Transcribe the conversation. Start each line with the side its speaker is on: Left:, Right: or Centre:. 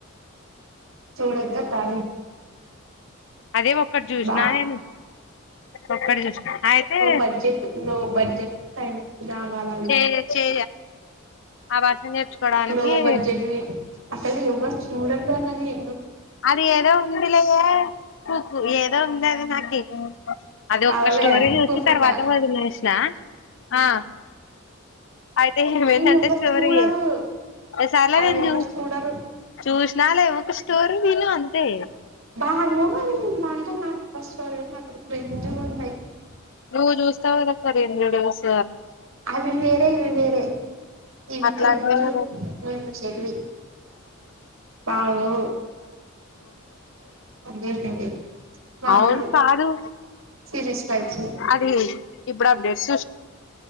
Right: చూడొద్దా తాని
Left: అదే ఒక్కటి చూసినా
Right: అ
Left: నేను ఒక్కటి చూసిన అయితే
Right: బడ్జెట్ లో బడ్జెట్ సైలా వాలా
Left: చే చే ఆ భాషను చేర్చుకోవడానికి
Right: లో బడ్జెట్ అసలు ఎవ్వ చూడల్దలండి
Left: అది ఏదో ఉందిలేయే కూూకు ఏదో ఉంది అది నా కే అది ఒక్క
Right: అవులే
Left: స్టోరీ చూసి
Right: కుకుకా
Left: తర్వాత కూడా వదిలేసిన ఆ అయితే ఏమేంటంటే
Right: అవి ఎవ్వరు
Left: స్టోరీ
Right: చూడరు
Left: సరేలే
Right: అవి
Left: గాని
Right: ఎవ్వరు చూడరు
Left: చూసిన లేే ఒక స్టోరీ విను అంతే
Right: బాను బాంటాయి నాకు ఫస్ట్ అఫ్ ఆల్ అక్కడ దండి ఉంటాయి
Left: నువ్వు చూస్తావు కదా అక్క డైలీ న్యూస్
Right: అవి వేరే ఇవి వేరే ఇవి
Left: అట్లాంటివే
Right: క్రజు
Left: కదా
Right: కొ చెల్లి బాగు చేసింది మామూలు
Left: అను కారు
Right: సిరీస్ టైప్స్
Left: అదే ఇప్పుడు అప్పుడేన్స్